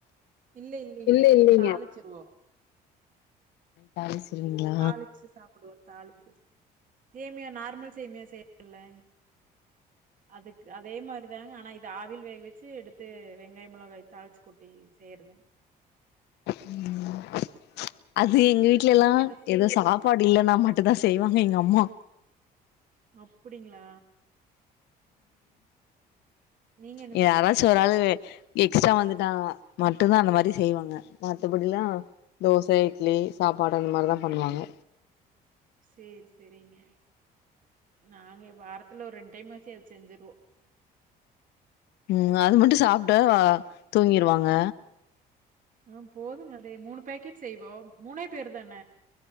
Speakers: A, on the right; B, on the left.
A: இல்ல இல்லிங்க
B: இல்ல இல்லைங்க
A: தாளிச்சிருவோ
B: தாளிச்சிருவீங்ளா
A: தாளிச்சு சாப்டுவோ தாளிச்சு சேமியா நார்மல் சேமியா செய்றோல அதுக் அது அதே மாரிதாங்க ஆனா இது ஆவில் வேக வச்சு எடுத்து வெங்காயம்ல தாளிச்சு கொட்டி செய்யறதுங்
B: ம் அது எங்க வீட்ல எல்லா
A: நீங்க என்ன
B: எதோ சாப்பாடு இல்லனா
A: ம்
B: மட்டு தா செய்வாங்க எங்க அம்மா
A: அப்டிங்களா நீங்க என்ன
B: யாராச்சி
A: சாப்ட்டீங்க
B: ஒரு ஆளு வே எக்ஸ்ட்ரா வந்துட்டா மட்டுந்தான் அந்த மாரி செய்வாங்க மத்தபடில்லா தோச இட்லி சாப்பாடு அந்த மாரிதான் பண்ணுவாங்க
A: சேர் சரிங்க நாங்க வாரத்துல ஒரு ரெண்ட்டைம் மாசி அத செஞ்சருவோம்
B: ம் அது மட்டும் சாப்ட்டா வா தூங்கிருவாங்க
A: ஆ போதுங்க அதே மூணு பேக்கெட் செய்வோ மூணே பேரு தான